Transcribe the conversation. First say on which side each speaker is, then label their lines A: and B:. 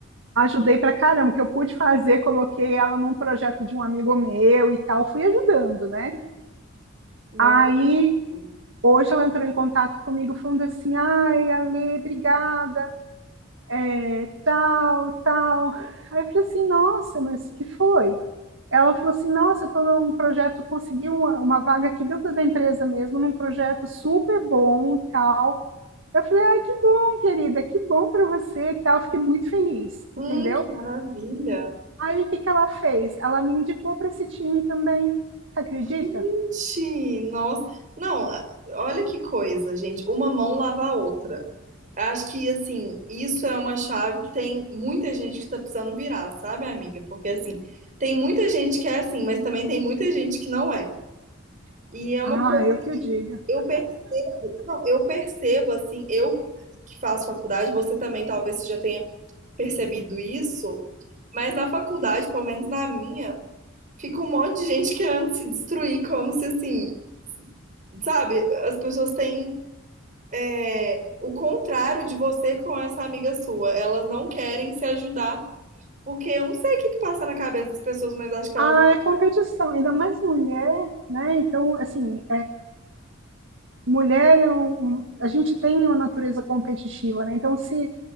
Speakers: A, on the right; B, on the right.
A: Ajudei pra caramba, o que eu pude fazer, coloquei ela num projeto de um amigo meu e tal, fui ajudando, né?
B: Nossa,
A: Aí
B: que bacana.
A: Hoje ela entrou em contato comigo falando assim, ai, Ale, obrigada, é, tal, tal. Aí eu falei assim, nossa, mas que foi? Ela falou assim: Nossa, eu estou num projeto, consegui uma, uma vaga aqui dentro da empresa mesmo, num projeto super bom e tal. Eu falei: Ai, que bom, querida, que bom para você e tal. Fiquei muito feliz,
B: Hum,
A: entendeu?
B: que maravilha.
A: Aí o que que ela fez? Ela me indicou para esse time também. Você acredita?
B: Gente, nossa. Não, a- olha que coisa, gente. Uma mão lava a outra. Acho que, assim, isso é uma chave que tem muita gente que tá precisando virar, sabe, amiga? Porque, assim, tem muita gente que é assim, mas também tem muita gente que não é. E é uma
A: Ah,
B: coisa
A: eu que
B: que
A: o diga.
B: eu percebo, eu percebo assim, eu que faço faculdade, você também talvez você já tenha percebido isso, mas na faculdade, pelo menos na minha, fica um monte de gente querendo se destruir, como se assim, sabe? As pessoas têm é, o contrário de você com essa amiga sua. Elas não querem se ajudar, porque eu não sei o que que passa na cabeça das pessoas, mas acho que
A: Ah,
B: elas vão
A: é competição, ainda mais mulher, né? Então, assim, mulher é um, um- a gente tem uma natureza competitiva, né? Então, se